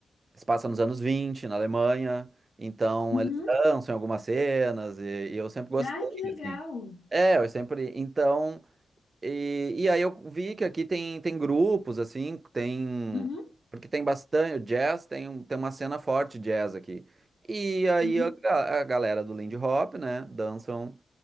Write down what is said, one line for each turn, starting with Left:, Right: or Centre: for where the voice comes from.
Right: Se passa nos anos 20, na Alemanha, então
Left: Uhum.
Right: eles dançam em algumas cenas, e, e eu sempre gostei,
Left: Ai, que legal.
Right: assim. É, eu sempre. Então, e, e aí eu vi que aqui tem, tem grupos, assim, tem.
Left: Uhum.
Right: Porque tem bastante. O jazz tem, um- tem uma cena forte de jazz aqui. E aí
Left: Uhum.
Right: a, ga- a galera do Lindy Hop, né, dançam